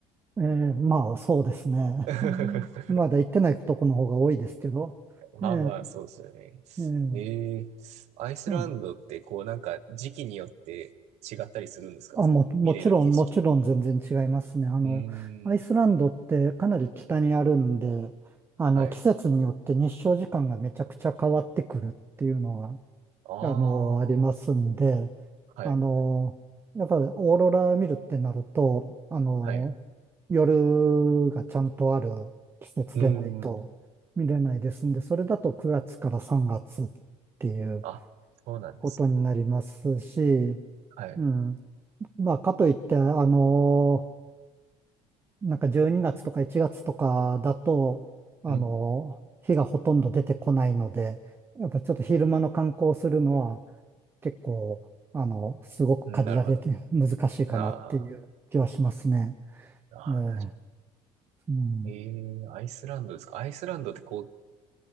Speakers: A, on the right; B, on the right.
A: ええ、まあ、そうですね。
B: <laughs>
A: うんまだ行ってないとこの方が多いですけど。
B: まあまあ、
A: ええ、
B: そうですよね。
A: ええ。
B: ええアイスランドってこうなんか時期によって違ったりするんですかその見れる景色。
A: そうあ、も、もちろん、もちろん全然違いますね。あの、
B: うーん。
A: アイスランドってかなり北にあるんで、あの、
B: はい。
A: 季節によって日照時間がめちゃくちゃ変わってくるっていうのは、
B: ああ、
A: あの、ありますんで、
B: はい、
A: あの、
B: はい、
A: やっぱりオーロラ見るってなると、あの、
B: はい。う
A: 夜がちゃんとある季節でないと見れないですんで、
B: ーん。
A: それだと9月から3月っていう
B: あ、そうなんです。
A: ことになりますし、
B: はい。
A: うん。まあ、かといって、あのーなんか12月とか1月とかだと、あのー日がほとんど出てこないので、
B: うん。
A: やっぱちょっと昼間の観光をするのは結構、あの、すごく限られて
B: うんなるほど。
A: <laughs> 難しいかなっていう気はしますね。
B: あーあ
A: ええうん。
B: ー、えーアイスランドですか。アイスランドってこ